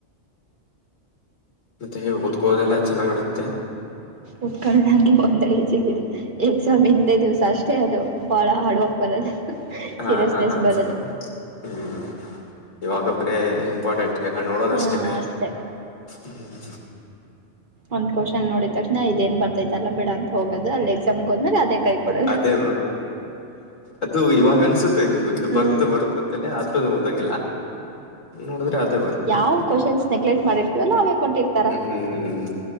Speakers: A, on the left; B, on the right.
A: ಮತ್ತೆ ಓದ್ಕೋದೆಲ್ಲ ಚೆನ್ನಾಗಿ ನಡೀತ್ತೆ.
B: ಓತ್ಕಳ ನಂಗ <unintelligible> ಎಕ್ಸಾಮ್ ಹಿಂದೆ ದಿವ್ಸ ಅಷ್ಟೇ ಅದು. ಬಾಳ ಹಾರ್ಡ್ ವರ್ಕ್ ಬರದು
A: ಹಾ
B: ಸೀರಿಯಸ್ನೆಸ್
A: ಹಾ ಹಾ
B: ಬರೋದು.
A: ಹ್ಮ್ ಇವಾಗದ್ರೆ ಇಂಪಾರ್ಟೆಂಟ್ ಯಾಕಂದ್ರೆ ನೋಡೋದಷ್ಟೆ.
B: ಹಾಂ ಅಷ್ಟೇ
A: ಹ ಹಿ
B: ಒಂದ್ ಕೊಶ್ನ್ ನೋಡಿದ್ ತಕ್ಷಣ ಇದೇ ಏನ್ ಬರ್ತೈತಲ್ಲ ಬಿಡ ಅಂತ ಹೋಗೋದು, ಅಲ್ಲಿ ಎಕ್ಸಾಮ್ಗ್ ಹೋದ್ಮೇಲೆ ಅದೇ ಕೈ ಕೊಡೋದು.
A: ಅದೇ ಅದು ಇವಾಗ ಅನ್ಸುತ್ತೆ ಇದು ಇದು
B: ಹ್ಞೂ
A: ಬರುತ್ ಬರುತ್ತ ಅಂತ ಆದ್ರೂ ಅದ ಓದಂಗಿಲ್ಲ. ನೋಡಿದ್ರೆ ಅದೇ ಬರ್ತ.
B: ಯಾವ
A: ಆಮೇಲೆ
B: ಕ್ವಶನ್ಸ್ ನೆಗ್ಲೆಕ್ಟ್ ಮಾಡಿರ್ತೀವಲ್ಲ ಅವೇ ಕೊಟ್ಟಿರ್ತಾರ.
A: ಹ್ಮ್